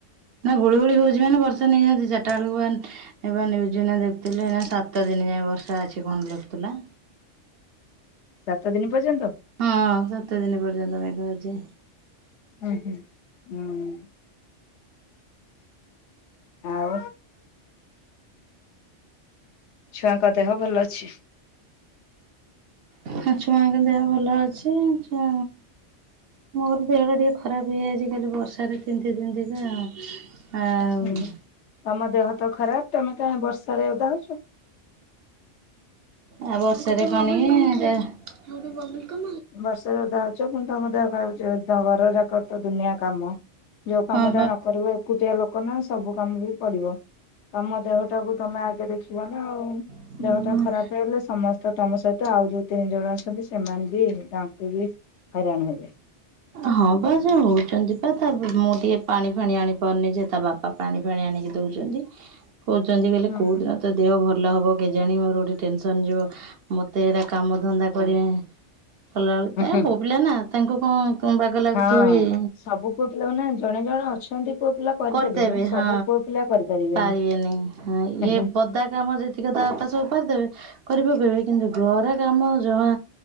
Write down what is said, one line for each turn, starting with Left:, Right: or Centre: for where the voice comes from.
Right: ନା ଗୁଳୁ ଗୁଳି ହୋଉଚି ମାନେ ବର୍ଷା ନିହାତି ଚାରିଟା ବେଳକୁ <unintelligible> ଏଇପା ନିଉଜ ଏଇନା ଦେଖୁଥିଲି ଏଇନା ସାତ ଦିନ ଯାଏଁ ବର୍ଷା ଅଛି କଣ ଲେଖୁଥିଲା।
Left: ସାତ ଦିନ ପର୍ଯ୍ୟନ୍ତ।
Right: ହଁ ସାତ ଦିନ ପର୍ଯ୍ୟନ୍ତ ମେଘ ଅଛି।
Left: ଉଁ ହୁଁ ହୁଁ। ଆଉ ଛୁଆଙ୍କ ଦେହ ଭଲ ଅଛି?
Right: ହଁ ଛୁଆଙ୍କ ଦେହ ଭଲ ଅଛି ଛୁଆ ମୋର ଦେହ ଟା ଟିକେ ଖରାପ ହେଇଯାଇଚି କାଲି ବର୍ଷାରେ ତିନ୍ତି ତିନ୍ତି କା ଆଉ।
Left: ହୁଁ ହୁଁ। ତମ ଦେହ ତ ଖରାପ ତମେ କାହିଁ ବର୍ଷା ରେଓଦା ହୋଉଚ।
Right: ଆ ବର୍ଷରେ କଣ କି ଏଟା
Left: ବର୍ଷରେ ଓଦା ହଉଚ ପୁଣି ତମ ଦେହ କରାପ <unintelligible> ଘର ଯାକ ତ ଦୁନିଆ କାମ। ଯୋଉ କାମ
Right: ହଁ
Left: ଟା ନକରିବ ଏକୁଟିଆ ଲୋକ ନା ସବୁ କାମ ବି ପଡିବ। ତମ ଦେହ ଟାକୁ ତମେ ଆଗେ ଦେଖିବ ନା ଆଉ।
Right: ବା
Left: ଦେହଟା ଖରାପ ହେଇଗଲେ ସମସ୍ତେ ତମ ସହିତ ଆଉ ଯୋଉ ତିନି ଜଣ ଅଛନ୍ତି ସେମାନେ ବି ତାଙ୍କୁ ବି ହଇରାଣ ହେବେ।
Right: ହଁ ପା ସେ ହେଉଚନ୍ତି ପା ତା ମୁଁ ଟିକେ ପାଣି ଫାଣି ଆଣିପାରୁନି ଯେ ତା ବାପା ପାଣି ଫାଣି ଆଣିକି ଦେଉଚନ୍ତି। କହୁଚନ୍ତି କହିଲେ
Left: ହୁଁ।
Right: କୋଉଦିନ ତୋ ଦେହ ଭଲ ହବ। କେଜାଣି ମୋର ଗୋଟେ ଟେନସନ୍ ଯିବ ମତେ ହେରା କାମ ଧନ୍ଦା କରି କଲାବେଳୁ
Left: ଉଁ
Right: ତାଙ୍କେ
Left: ହୁଁ
Right: ପୁଅ ପିଲା ନା ତାଙ୍କୁ କଣ କଣ ବାଗ ଲାଗୁଥିବ
Left: ହଁ
Right: ଇଏ
Left: ସବୁ ପୁଅ ପିଲା ମାନେ ଜଣେ ଜଣେ ଅଛନ୍ତି ପୁଅ ପିଲା
Right: କରିଦେବେ
Left: ସବୁ
Right: ହଁ
Left: ପୁଅ ପିଲା କରିପାରିବେନି।
Right: ପାରିବେନି ହଁ
Left: ହୁଁ
Right: ଇଏ ବଦା କାମ ଯେତି ଯେତିକ ତା ବାପା ସବୁ କରିଦେବେ କରି ପକେଇବେ କିନ୍ତୁ ଘରେ କାମ ଯମା